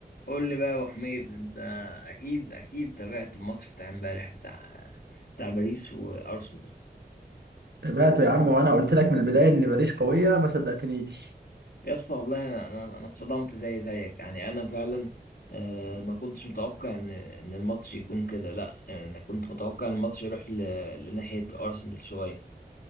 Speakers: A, on the left; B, on the right.
A: قول لي بقى يا أبو حميد انت اكيد اكيد تابعت الماتش بتاع امبارح بتاع بتاع باريس وارسنال
B: تابعته يا عم وانا قلت لك من البدايه ان باريس قويه ما صدقتنيش
A: يا اسطى والله انا انا أنا اتصدمت زي زيك يعني انا فعلا آه، ما كنتش متوقع ان ان الماتش يكون كده لا انا كنت متوقع إن الماتش يروح ل- لناحية ارسنال شوية